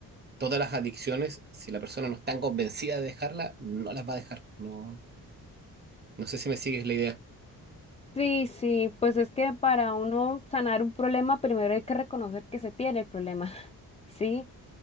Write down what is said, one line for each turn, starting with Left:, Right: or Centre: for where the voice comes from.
Right: todas las adicciones, si la persona no está convencida de dejarla, no las va a dejar. No, no sé si me sigues la idea.
Left: Sí, sí, pues es que para uno sanar un problema, primero hay que reconocer que se tiene el problema, <laughs> ¿sí?